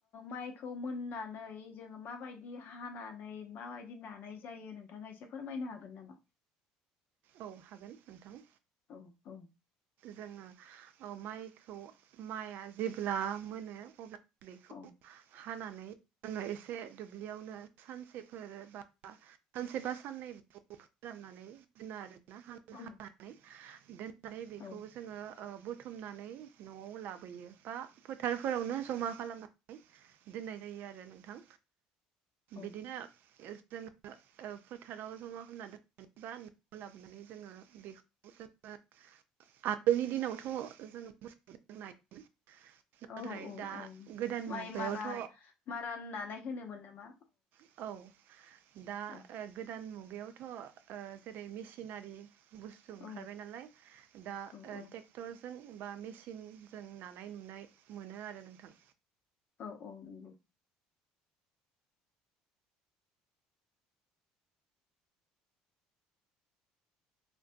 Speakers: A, on the left; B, on the right.
A: माइक खौ मोननानै जोङो माबायदि हानानै माबायदि नानाय जायो नोंथाङा एसे फोरमायनो हागोन नामा?
B: औ हागोन नोंथां।
A: औ औ।
B: जोङो माइखौ माइआ जेब्ला मोनो अब्ला बेखौ
A: औ।
B: हानानै आङो एसे दुब्लियावनो सानसेफोर बा सानसे बा साननै फोराननानै दोनो आरोना हानानै
A: औ
B: दोननानै बेखौ
A: औ
B: जोङो। बुथुमनानै न'आव लाबोयो बा फोथारफोरावनो जमा खालामनानै दोननाय जायो आरो नोंथां।
A: औ
B: बिदिनो जोङो फोथाराव जमा खालामनानै दोननानै बा न'आव लाबोनानै जोङो बेखौ जोङो आगोलनि दिनावथ' जोङो मोसां नायोमोन। नाथाय
A: औ
B: दा
A: औ
B: गोदान
A: माइ
B: मुगायावथ'
A: मारान मारान नानाय होनोमोन नामा
B: औ। औ दा
A: औ
B: गोदान मुगायावथ' जेरै मेसिनारि बुस्थु ओंखारबाय
A: औ
B: नालाय दा
A: औ
B: टेक
A: औ
B: ट्रेक्टरजों बा मेसििनजों नानाय नुनाय मोनो आरो नोंथां।
A: औ औ नंगौ।